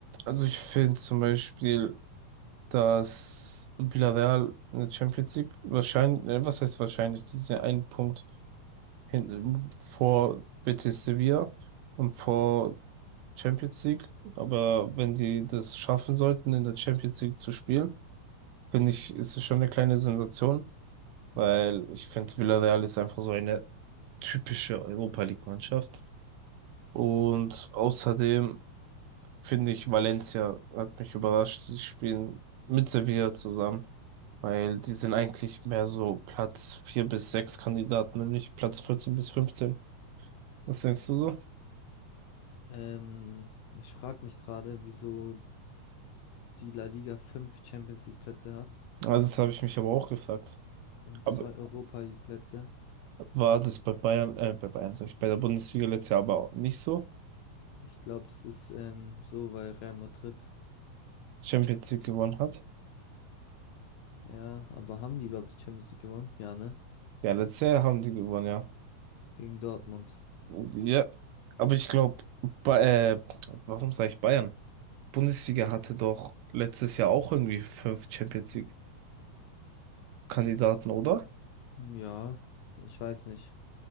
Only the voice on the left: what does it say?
Ähm, ich frage mich gerade, wieso die La Liga fünf Champions League Plätze hat
und
zwei Europa League Plätze.
Ich glaube, das ist ähm, so, weil Real Madrid.
Ja, aber haben die überhaupt die Champions League gewonnen? Ja, ne?
Gegen Dortmund.
Ja, ich weiß nicht.